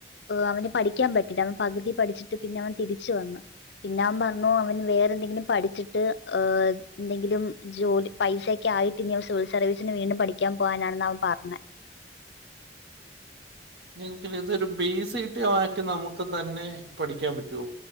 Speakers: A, on the left; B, on the right.
A: അവന് പഠിക്കാൻ പറ്റിയില്ല അവൻ പകുതി പഠിച്ചിട്ട് പിന്നെ അവൻ തിരിച്ച വന്നു പിന്നെ അവൻ പറഞ്ഞു അവൻ വേറെ എന്തെങ്കിലും പഠിച്ചിട്ട് ഹ എന്തെങ്കിലും ജോലി പൈസയക്കെ ആയിട്ട് ഇനി സിവിൽ സർവീസിന് വീണ്ടും പഠിക്കാൻ പോകാനാണ് ന അവൻ പറഞ്ഞത്
B: നി ഇതൊരു ബേസിട്ടി ആക്കി നമുക്ക് തന്നെ പഠിക്കാൻ പറ്റുവോ